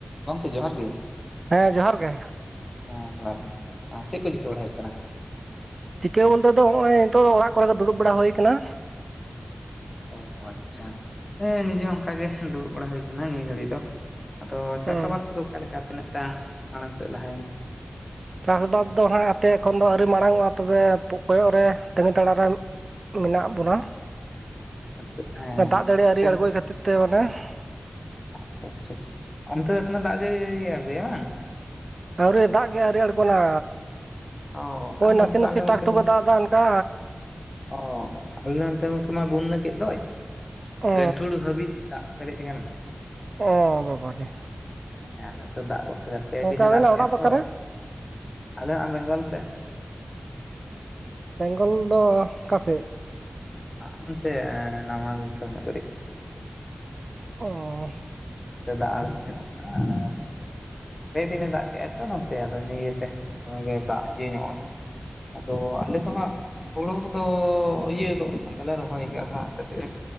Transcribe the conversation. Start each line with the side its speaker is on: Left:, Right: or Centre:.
Left: ᱜᱚᱝᱠᱮ ᱡᱚᱦᱟᱨ ᱜᱮ
Right: ᱦᱮᱸ ᱡᱚᱦᱟᱨ ᱜᱮ
Left: ᱦᱮᱸ ᱡᱚᱦᱟᱨ ᱜᱮ ᱪᱮᱫ ᱠᱚ ᱪᱤᱠᱟᱹ ᱵᱟᱲᱟ ᱦᱳᱭᱳᱜ ᱠᱟᱱᱟ
Right: ᱪᱤᱠᱟᱹ ᱵᱚᱞᱛᱮ ᱫᱚ ᱱᱚᱜᱼᱚᱭ ᱱᱤᱛᱚᱜ ᱫᱚ ᱚᱲᱟᱜ ᱠᱚ ᱨᱮ ᱜᱮ ᱫᱩᱲᱩᱵ ᱰᱟᱲᱟ ᱦᱳᱭ ᱠᱟᱱᱟ
Left: ᱚ ᱟᱪᱷᱟ ᱦᱮᱸ ᱱᱤᱡᱮ ᱦᱚᱸ ᱚᱱᱠᱟ ᱜᱮ ᱫᱩᱲᱩᱵ ᱵᱟᱲᱟ ᱦᱩᱭ ᱟᱠᱟᱱᱟ ᱱᱤᱭᱟᱹ ᱜᱷᱟᱹᱲᱤ ᱫᱚ ᱟᱫᱚ
Right: ᱦᱩᱸ
Left: ᱪᱟᱥ ᱟᱵᱟᱫ ᱠᱚ ᱫᱚ ᱚᱠᱟ ᱞᱮᱠᱟ ᱛᱤᱱᱟᱹᱜ ᱴᱟ ᱢᱟᱲᱟᱝ ᱥᱮᱫ ᱞᱟᱦᱟᱭ ᱱᱟ
Right: ᱪᱟᱥ ᱵᱟᱥ ᱫᱚ ᱦᱟᱸᱜ ᱟᱯᱮ ᱮᱠᱷᱚᱱ ᱫᱚ ᱟᱹᱣᱨᱤ ᱢᱟᱲᱟᱝ ᱚᱜᱼᱟ ᱛᱚ ᱵᱮ ᱠᱚᱭᱚᱜ ᱨᱮ ᱛᱤᱟᱹᱜᱤ ᱛᱟᱲᱟᱜ ᱨᱮ ᱢᱮᱱᱟᱜ ᱵᱚᱱᱟ
Left: ᱟᱪᱪᱷᱟ ᱟᱪᱪᱷᱟ ᱦᱮᱸ
Right: ᱚᱱᱟ ᱫᱟᱜ ᱡᱟᱲᱤ ᱟᱣᱹᱨᱤ
Left: ᱥᱮᱱ
Right: ᱟᱬᱜᱚᱭ ᱠᱷᱟᱹᱛᱤᱨ ᱛᱮ <unintelligible>
Left: ᱟᱪᱪᱷᱟ ᱟᱪᱪᱷᱟ ᱟᱪᱪᱷᱟ ᱚᱱᱛᱮ ᱫᱚ ᱮᱠᱷᱚ ᱱᱚ ᱫᱟᱜ ᱡᱟᱨᱤ ᱟᱨᱜᱳ ᱭᱟᱭ <unintelligible> ᱵᱟᱝ
Right: ᱟᱹᱣᱨᱤ ᱫᱟᱜ ᱜᱮ ᱟᱨᱤ ᱟᱲᱜᱳ ᱱᱟ
Left: ᱚ
Right: ᱳᱭ
Left: ᱟᱨ ᱱᱚᱛᱮ
Right: ᱱᱟᱥᱮ ᱱᱟᱥᱮ
Left: ᱫᱚ ᱟᱞᱮ ᱱᱚᱛᱮ
Right: ᱴᱟᱠ ᱴᱩᱠ
Left: ᱜᱚᱝᱠᱮ
Right: ᱮ ᱫᱟᱜ ᱫᱟ ᱚᱱᱠᱟ
Left: ᱚ ᱟᱞᱮ ᱱᱚᱱ ᱛᱮ ᱜᱚᱝᱠᱮ ᱢᱟ ᱵᱩᱱᱱᱟᱹ ᱠᱮᱫ ᱫᱚᱭ
Right: ᱚ
Left: ᱜᱟᱹᱱ ᱴᱷᱩᱲ ᱦᱟᱹᱵᱤᱡ ᱫᱟᱜ ᱯᱮᱨᱮᱡ ᱮᱠᱟᱱ <unintelligible>
Right: ᱚ ᱵᱟᱵᱟ ᱨᱮ
Left: ᱦᱮᱸ ᱟᱞᱮ ᱛᱚ ᱫᱟᱜ ᱜᱚᱫ ᱠᱮᱫᱟ ᱯᱮ
Right: ᱜᱚᱝᱠᱮ
Left: ᱫᱤᱱᱮ
Right: ᱟᱵᱮᱱᱟᱜ
Left: ᱫᱟᱜ ᱠᱮᱫᱟ
Right: ᱚᱲᱟᱜ ᱫᱚ
Left: ᱛᱚ
Right: ᱚᱠᱟᱨᱮ
Left: ᱟᱞᱮ ᱭᱟᱜ ᱵᱮᱝᱜᱚᱞ ᱥᱮᱫ
Right: ᱵᱮᱝ ᱜᱚᱞ ᱫᱚ ᱚᱠᱟ ᱥᱮᱫ
Left: ᱦᱟᱜᱟ ᱱᱟᱛᱮ ᱱᱟᱢᱟᱞ ᱫᱤᱥᱚᱢ ᱧᱚᱜ ᱠᱟᱴᱤᱡ
Right: ᱳ
Left: ᱫᱟᱜ ᱟ ᱧᱚᱜ ᱠᱟᱭ ᱟᱨ ᱯᱮ ᱫᱤᱱ ᱮ ᱫᱟᱜ ᱠᱮᱜ ᱟᱭ ᱛᱚ ᱱᱚᱛᱮ ᱟᱫᱚ ᱤᱱᱟᱹᱜ ᱤᱭᱟᱹᱛᱮ ᱚᱱᱟ ᱜᱮ ᱫᱟᱜ ᱤᱭᱟᱹ ᱧᱚᱜᱼᱼ ᱟᱫᱚ ᱟᱞᱮ ᱫᱚ ᱦᱟᱸᱜ ᱦᱳᱲᱳ ᱠᱚ ᱫᱚ ᱤᱭᱟᱹ ᱜᱚᱫ ᱟᱠᱟᱱ ᱛᱟᱞᱮ ᱨᱚᱦᱚᱭ ᱜᱮ ᱟᱫᱚ ᱦᱟᱜ ᱠᱟᱹᱴᱤᱡ